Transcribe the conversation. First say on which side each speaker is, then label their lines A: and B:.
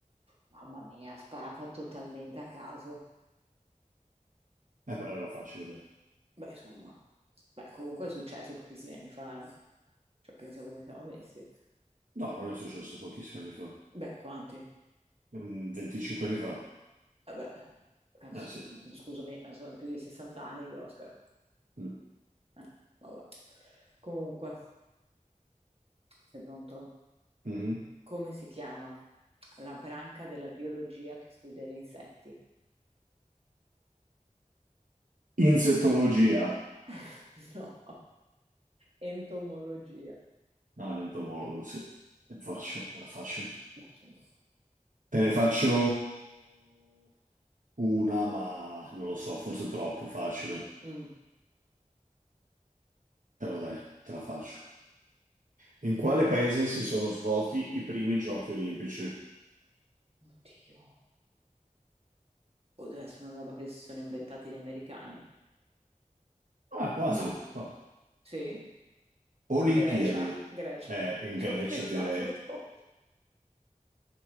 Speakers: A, on the right; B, on the right.
A: Mamma mia, sparata totalmente a caso.
B: Eh, però era facile, dai.
A: Beh, insomma, beh, comunque è successo pochissimi anni fa, eh. Cioè, pensa come siamo messi.
B: No, non è successo pochissimi anni fa.
A: Beh, quanti?
B: Mm, 25 anni fa.
A: Vabbè, cazzo,
B: Ah, sì.
A: scusami, ma sono più di 60 anni di Oscar.
B: Mm.
A: Eh, vabbè. Comunque, sei pronto?
B: Mhm.
A: Come si chiama la branca della biologia che studia gli insetti?
B: Insettologia.
A: <laughs> No, entomologia.
B: Ah, l'entomologo, sì. È facile, era facile.
A: Ma insomma,
B: Te ne faccio una, ma non lo so, forse troppo facile.
A: Mm.
B: Però dai, te la faccio. In quale paese si sono svolti i primi giochi olimpici?
A: Oddio. O deve essere una roba che si sono inventati gli americani?
B: Ah, quasi,
A: No,
B: quasi.
A: sì.
B: Olimpiadi.
A: Grecia, Grecia,
B: Eh,
A: <laughs>
B: in
A: ci
B: Grecia,
A: ho pensato
B: direi.
A: dopo.